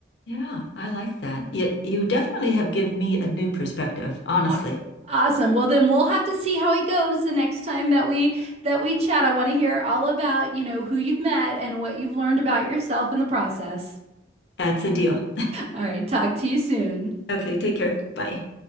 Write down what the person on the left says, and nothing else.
Yeah, I like that. Yet you definitely have given me a new perspective, honestly.
That's a deal.
<laughs> okay, take care. Bye.